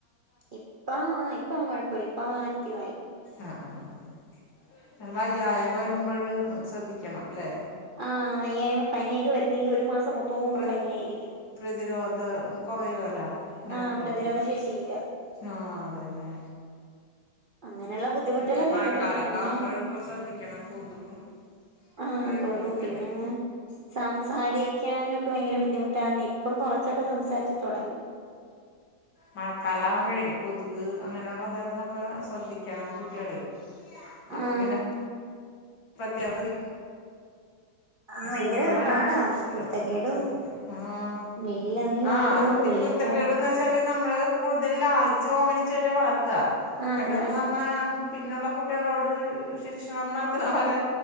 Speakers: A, on the right; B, on the left.
A: ഇപ്പം ഇപ്പ അവൻ കൊഴപ്പല്ല ഇപ്പ അവൻ ആക്റ്റിവായി
B: ആഹ് ആഹ് ആഹ് അഹ് ങ്ങനെ വയ്യായൊക്കെ വരുമ്പഴ് ശ്രദ്ധിക്കണം ല്ലേ
A: ആഹ് വയ്യായ്മ പനിയൊക്കെ വരുന്നെങ്കി ഒരു മാസം മൊത്തോങ്
B: പ്ര
A: പനിയായിരിക്കും
B: പ്രതിരോധം കുറയുവല്ലോ ഇങ്ങനെ
A: ആ
B: ഉള്ള
A: പ്രതിരോധ
B: കുട്ടികൾക്ക്
A: ശേഷിയില്ല
B: ആഹ് അതന്നെ
A: അങ്ങനെയുള്ള ബുദ്ധിമുട്ടുകളൊക്കെ
B: പ്പ ഈ മഴക്കാലൊക്കെ
A: ഉണ്ട് അങ്ങനെ
B: ആവുമ്പഴ് ശ്രദ്ധിക്കണം കൊതുകും
A: ആഹ്
B: കാര്യങ്ങളൊക്കെ
A: കൊതു പിന്നെ
B: അല്ലേ
A: സംസാരിക്കാനുക്കെ ഭയങ്കര ബുദ്ധിമുട്ടാണെ ഇപ്പം കൊറച്ചൊക്കെ സംസാരിച്ചു തുടങ്ങി
B: മഴക്കാലാവുമ്പഴേ കൊതുക് അങ്ങനെള്ളതേന്നൊക്കെ ശ്രദ്ധിക്കണം കുട്ട്യേള് ആ
A: ആഹ്
B: കുട്ടിനെ പ്രത്യേക തൊരി
A: ആഹ്
B: അസുഖങ്ങൾ
A: ഭയങ്കര
B: വരാണ്ട്
A: പാടാ
B: സൂക്ഷിക്കണം
A: കുരുത്തക്കേടും
B: ശ്രദ്ധിക്കണം ആഹ്
A: വെളിയിലിറങ്ങി
B: ആ
A: ഓട്ടോ
B: ഇത്തിരി
A: ജോലിയിലൊക്കെ
B: കുര് ത്തകേടുന്ന ച്ചാല് നമ്മള് കൂടുതൽ ലാളിച്ച് ഓമനിച്ചല്ലേ വളർത്താ
A: ആഹ്
B: പെട്ടെന്ന്
A: അതാ
B: നമ്മ പിന്നെള്ള കുട്ടിളോട് ശിക്ഷണം നടത്ത്ണപോലെ